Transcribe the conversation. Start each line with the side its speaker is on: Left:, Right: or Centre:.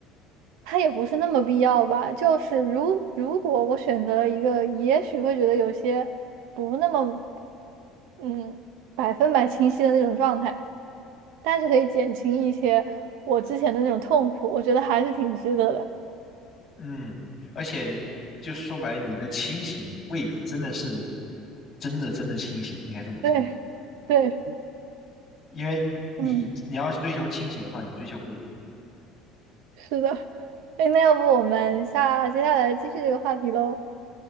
Right: 它也不是那么必要吧。就是如如果我选择了一个，也许会觉得有些不那么嗯百分百清晰的那种状态，但是可以减轻一些我之前的那种痛苦，我觉得还是挺值得的。
Left: 嗯，而且就说白了，你的清醒未必真的是真的真的清醒，应该这么说，
Right: 对对。
Left: 因为你你要追求清醒的话，
Right: 嗯，
Left: 你追求不稳。
Right: 是的。哎，那要不我们下接下来继续这个话题喽？